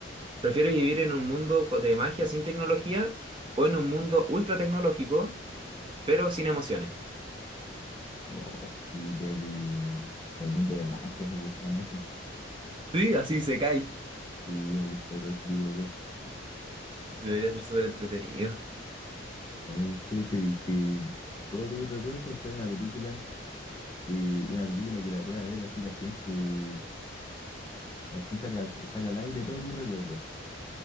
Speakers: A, on the right; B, on the left.
A: ¿Prefieres vivir en un mundo co- de magia sin tecnología o en un mundo ultra tecnológico, pero sin emociones?
B: O diría que el mundo de magia, me gusta la magia.
A: Sí, así se cae.
B: Sí, me gusta todo ese tipo de cosas.
A: Debería ser súper entretenido.
B: A ver, ¿qué preferís? ¿Que todos tus recuerdos sean una película, que, una película que la pueda ver así la gente, así saca, saca al aire todos tus recuerdos?